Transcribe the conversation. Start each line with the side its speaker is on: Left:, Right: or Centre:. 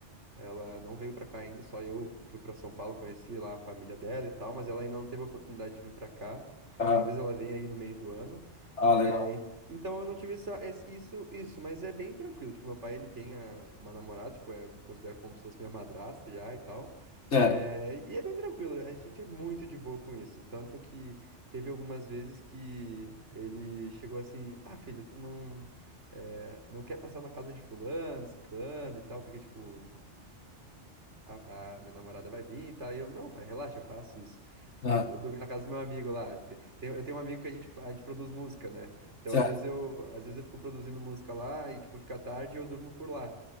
Right: ela não veio pra cá ainda, só eu fui pra São Paulo, conheci lá a família dela e tal, mas ela ainda não teve a oportunidade de vir pra cá.
Left: Ah,
Right: Talvez ela venha aí no meio do ano.
Left: ah,
Right: É,
Left: legal.
Right: en- então eu não tive essa, essa- isso, isso, mas é bem tranquilo. Tipo, meu pai, ele tem a- uma namorada, tipo, é, considero como se fosse minha madrasta já e tal.
Left: Certo.
Right: É, e é bem tranquilo, a gente é muito de boa com isso. Tanto que teve algumas vezes que ele chegou assim, ah, filho, tu não, é, não quer passar na casa de fulano, ciclano e tal, porque, tipo, a, a minha namorada vai vir e tal. E eu, não, pai, relaxa, eu faço isso. Tipo,
Left: Ah,
Right: eu vou dormir na casa do meu amigo lá. Tipo, tem- eu tenho um amigo que a gente, a gente produz música, né? Então,
Left: certo.
Right: às vezes eu, às vezes eu fico produzindo música lá e, tipo, fica tarde e eu durmo por lá.